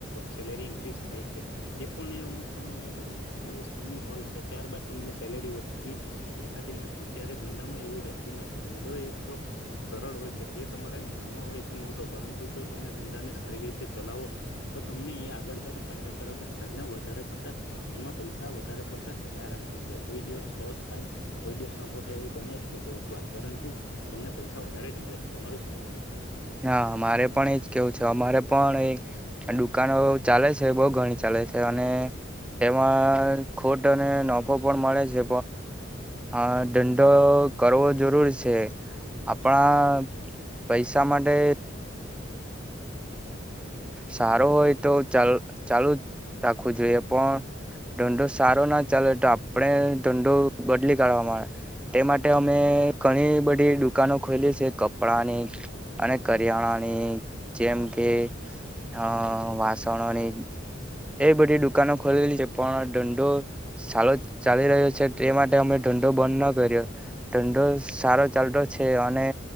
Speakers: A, on the left (about 75°); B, in the centre.
A: સેલેરી ઇન્ક્રીઝ થાય છે તે પણ એ અમુક સમય લગન અ સીમિત હોય છે ત્યારબાદ તમને સેલેરી વધતી દેખાતી નથી ત્યારે ધંધામાં એવું રહેતું નથી ધંધો એ તો સરળ હોય છે તે તમારે નાનો હોય કે મોટો પરંતુ જો તમે ધંધાને સારી રીતે ચલાવો તો તમને એ આગળ જતા ફાયદાકારક જ છેને અને વધારે પડતા એમાં પૈસા વધારે પડતા થયા રાખે છે કોઈ દિવસ લોસ થાય કોઈ દિવસ નફો થાય એવું બને છે કોઈક વાર પર. પરંતુ તમને પૈસા વધારે જ મળે છે તમારું શું માનવું.
B: ના મારે પણ એજ કેવું છે અમારે પણ એ દુકાનો ચાલે છે બહ ઘણી ચાલે. અને તેમાં ખોટ અને નફો પણ મળે છે.
A: <inaudible>
B: હા ધંધો કરવો જરૂર છે આપણા પૈસા. શા માટે. સારો હોય તો ચાલ ચાલુ જ રાખવું જોઈએ પણ. ધંધો સારો ના ચાલે તો આપણે ધંધો બદલી કાઢવાવામાં આવેે તે માટે અમે. ઘણી બધી દુકાનો ખોલી છે કપડાની અને કરિયાણાની જે. જેમ કે અ વાસણોની. એ બધી દુકાનો ખોલેલી છે પણ ધંધો. સાલો ચાલી રહ્યો છે તે એ માટે અમે ધંધો બંધ ન કર્યો ધંધો. સારો ચાલતો છે અને